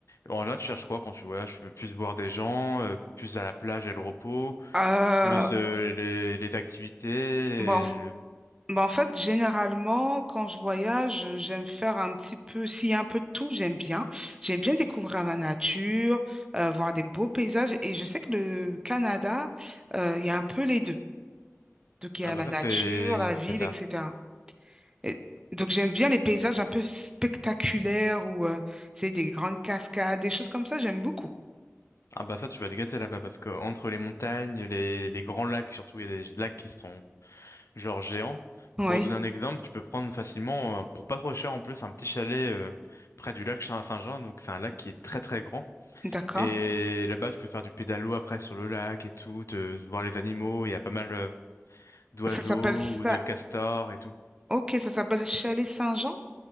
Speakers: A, on the left; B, on the right.
A: en général, tu cherches quoi quand tu voyages? Tu veux plus voir des gens, euh, plus à la plage et le repos,
B: Euh,
A: plus euh, les, les activités. les-
B: bon,
A: le-
B: bah en fait, généralement, quand je voyage, euh, j'aime faire un petit peu, s'il y a un peu de tout, j'aime bien. J'aime bien découvrir la nature, euh, voir des beaux paysages. Et je sais que le Canada, euh, il y a un peu les deux. Donc, il y
A: Ah
B: a
A: bah
B: la
A: ça,
B: nature,
A: c'est
B: la ville,
A: c'est ça.
B: etc. Et donc, j'aime bien les paysages un peu spectaculaires où euh, c'est des grandes cascades, des choses comme ça, j'aime beaucoup.
A: Ah bah ça, tu vas te gâter là-bas parce que entre les montagnes, les, les grands lacs surtout, il y a des lacs qui sont genre géants.
B: Oui.
A: Pour donner un exemple, tu peux prendre facilement, euh, pour pas trop cher en plus, un petit chalet euh, près du lac Saint- Saint-Jean. Donc c'est un lac qui est très très grand.
B: D'accord.
A: Et là-bas, tu peux faire du pédalo après sur le lac et tout, te, voir les animaux. Il y a pas mal euh, d'oiseaux
B: Ça s'appelle ça.
A: ou de castors et tout.
B: Ok, ça s'appelle Chalet Saint-Jean.